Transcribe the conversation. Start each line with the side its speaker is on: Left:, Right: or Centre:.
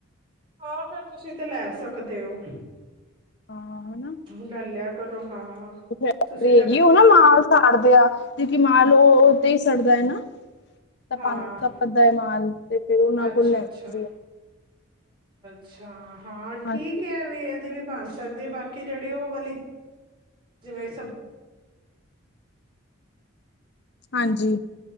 Right: ਹਾਂ ਫਿਰ ਤੁਸੀਂ ਤੇ ਲੈ ਸਕਦੇ ਹੋ
Left: ਹਾਂ ਹਨਾ
Right: ਲੈ ਲਿਆ ਕਰੋ ਹਾਂ
Left: ਫੈਕਟਰੀ
Right: ਤੁਸੀਂ ਤਾਂ
Left: ਹੈਗੀ
Right: ਫ
Left: ਉਹ ਨਾ ਮਾਲ ਸਾੜਦੇ ਆ ਕਿੳਂਕੀ ਮਾਲ ਉਹ ਉ ਤੇ ਹੀ ਸੜਦਾ ਹੈ ਨਾ ਪਤਾਂ
Right: ਹਾਂ
Left: ਨਈ ਤਪਦਾ ਐ ਮਾਲ ਤੇ ਫਿਰ <unintelligible>
Right: ਅੱਛਾ-ਅੱਛਾ ਛਾ ਹਾਂ ਠੀਕ
Left: ਹਾਂਜੀ
Right: ਹੈ ਵੀ ਦੀ ਵੀ ਬਣ ਸਕਦੀ ਬਾਕੀ ਜਿਹੜੀ ਉਹ ਵਾਲੀ ਜਿਵੇਂ ਸਬ
Left: ਹਾਂਜੀ